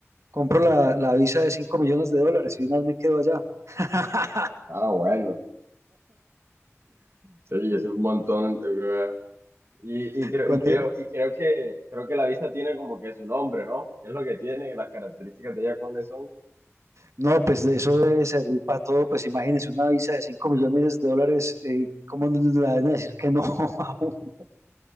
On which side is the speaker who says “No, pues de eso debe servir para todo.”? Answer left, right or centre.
Right